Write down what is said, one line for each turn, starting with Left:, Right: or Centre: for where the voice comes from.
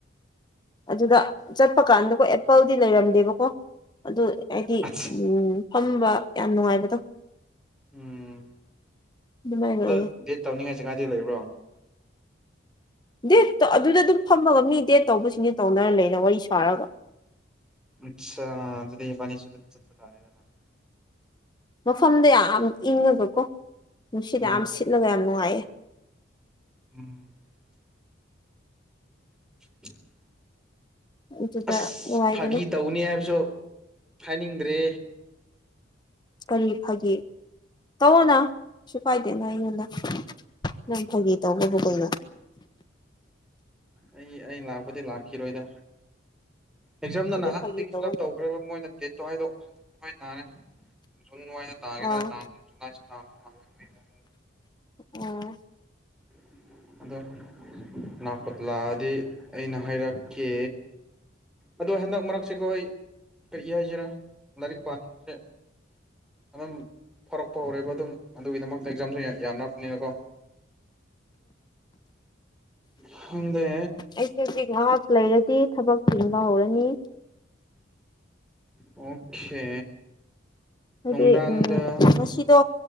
Left: ꯑꯗꯨꯗ ꯆꯠꯄ ꯀꯥꯟꯗꯀꯣ ꯑꯦꯄꯜꯗꯤ ꯂꯩꯔꯝꯗꯦꯕꯀꯣ ꯑꯗꯨ ꯍꯥꯏꯗꯤ
Centre: ꯑꯠꯆꯥ
Left: ꯎꯝ ꯐꯝꯕ ꯌꯥꯝ ꯅꯨꯡꯉꯥꯏꯕꯗꯣ
Centre: ꯎꯝ
Left: ꯑꯗꯨꯃꯥꯏꯅ
Centre: ꯑꯗꯨ
Left: ꯑꯣꯏꯌꯦ
Centre: ꯗꯦꯠ ꯇꯧꯅꯤꯡꯉꯥꯏ ꯖꯒꯥꯗꯤ ꯂꯩꯕ꯭ꯔꯣ
Left: ꯗꯦꯠ ꯑꯗꯨꯗ ꯑꯗꯨꯝ ꯐꯝꯃꯒ ꯃꯤ ꯗꯦꯠ ꯇꯧꯕꯁꯤꯡꯗꯤ ꯇꯧꯅꯔ ꯂꯩꯅ ꯋꯥꯔꯤ ꯁꯥꯔꯒ
Centre: ꯑꯠꯆꯥ ꯑꯗꯨꯗꯤ ꯢꯕꯥꯅꯤꯁꯨ ꯑꯗꯨꯗ ꯆꯠꯄ ꯇꯔꯦꯗꯅ
Left: ꯃꯐꯝꯗꯣ ꯌꯥꯝ ꯏꯪꯉꯒꯀꯣ ꯅꯨꯡꯁꯤꯠ
Centre: ꯎꯝ
Left: ꯌꯥꯝ ꯁꯤꯠꯂꯒ ꯌꯥꯝ ꯅꯨꯡꯉꯥꯏꯌꯦ
Centre: ꯎꯝ <inaudible>
Left: ꯑꯗꯨꯗ
Centre: ꯑꯁ
Left: ꯅꯨꯡꯉꯥꯏꯕꯅꯦ
Centre: ꯐꯥꯒꯤ ꯇꯧꯒꯅꯤ ꯍꯥꯏꯕꯁꯨ ꯍꯥꯏꯅꯤꯡꯗ꯭ꯔꯦ
Left: ꯀꯔꯤ ꯐꯥꯒꯤ ꯇꯧꯑꯣꯅ ꯁꯨꯨ ꯀꯥꯏꯗꯦꯅ ꯑꯩꯉꯣꯟꯗ ꯅꯪ ꯐꯒꯤ ꯇꯧꯕꯕꯨ ꯀꯩꯅꯣ
Centre: ꯑꯩ ꯑꯩ ꯂꯥꯛꯄꯗꯤ ꯂꯥꯛꯈꯤꯔꯣꯏꯗ ꯑꯦꯛꯖꯥꯝꯅ
Left: ꯑꯗꯨ
Centre: ꯅꯍꯥꯟꯗꯒꯤ
Left: ꯐꯥꯒꯤ ꯇꯧꯑꯣꯅ
Centre: ꯐꯤꯜ ꯑꯞ ꯇꯧꯈ꯭ꯔꯕ ꯃꯣꯏꯅ ꯗꯦꯠꯇꯣ ꯍꯥꯢꯗꯣꯛ ꯍꯥꯏꯗꯣꯛꯄ ꯍꯥꯏ ꯇꯥꯔꯦ ꯖꯨꯟ ꯋꯥꯢꯗ ꯇꯥꯒꯦꯔ
Left: ꯑꯥ
Centre: ꯇꯥꯔꯣꯢꯔ ꯖꯨꯜꯂꯥꯢꯁꯨ ꯇꯥꯗꯧ ꯃꯥꯟꯗꯦ ꯃꯣꯢ ꯃꯋꯣꯡꯗꯣ
Left: ꯑꯣ
Centre: <inaudible> ꯑꯗꯣ ꯂꯥꯛꯄꯨ ꯂꯥꯛꯑꯗꯤ ꯑꯩꯅ ꯍꯥꯏꯔꯛꯀꯦ ꯑꯗꯣ ꯍꯟꯗꯛ ꯃꯔꯛꯁꯤꯀꯣ ꯑꯩ ꯀꯔꯤ ꯍꯥꯏꯁꯤꯔꯥ ꯂꯥꯏꯔꯤꯛ ꯄꯥꯅꯤꯡꯕꯁꯦ ꯑꯗꯨꯝ ꯐꯥꯔꯛ ꯇꯧꯔꯦꯕ ꯑꯗꯨꯝ ꯑꯗꯨꯒꯤꯗꯃꯛꯇ ꯑꯦꯛꯖꯥꯝꯁꯨ ꯌꯥꯝꯅꯛꯄꯅꯤꯅꯀꯣ ꯈꯪꯗꯦ
Left: ꯑꯩꯗꯗꯤ ꯉꯍꯥꯛ ꯂꯩꯔꯗꯤ ꯊꯕꯛ ꯊꯤꯟꯕ ꯍꯧꯔꯅꯤ
Centre: ꯑꯣꯀꯦ
Left: ꯍꯥꯏꯗꯤ
Centre: ꯅꯨꯡꯗꯥꯡꯗ
Left: ꯎꯝ ꯉꯁꯤꯗꯣ